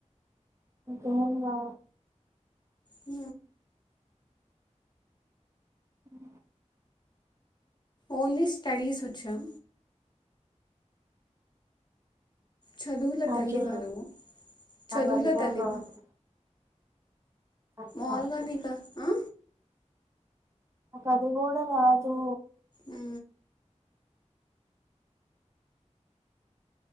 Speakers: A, on the right; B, on the left.
A: ఇంకేం గా
B: అ
A: ఉ
B: ఓన్లీ స్టడీస్ వచ్చాం చదువుల
A: నాకు
B: తల్లివా నువ్వు, చదువుల
A: నాకు అది కూడా
B: తల్లివా?
A: రాదు నాకు
B: ఓన్
A: రాదు
B: గా నీకా అ
A: నా కది కూడా రాదు.
B: ఆ